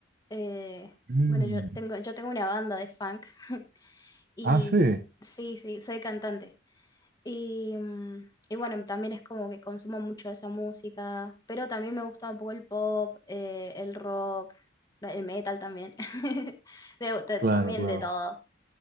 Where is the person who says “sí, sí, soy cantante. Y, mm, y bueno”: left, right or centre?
Left